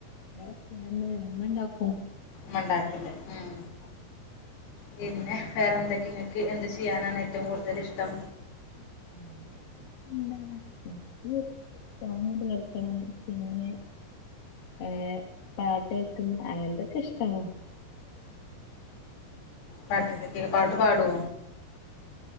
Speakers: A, on the left; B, on the left.
A: ഞാ സ്റ്റുഡന്റ് ഇമ്മ ണ്ടാക്കും
B: മ്മണ്ടാക്കുല്ലെ ആഹ്
A: അഹ്
B: പിന്നെ വേറെ എന്തൊക്കെ ഇങ്ങക്ക് എന്ത് ചെയ്യാനാണ് ഏറ്റവും കൂടുതല് ഇഷ്ടം
A: <inaudible> എന്താ ആ ഇക്ക് ഫോണേട്ട് കെടക്കണം പിന്നെ ഏയ് പാട്ടേക്കുന്ന അങ്ങൻത്തൊക്കെ ഇഷ്ടമാണ്
B: പാട്ടക്കൊ കേപാട്ടു പാട്വോ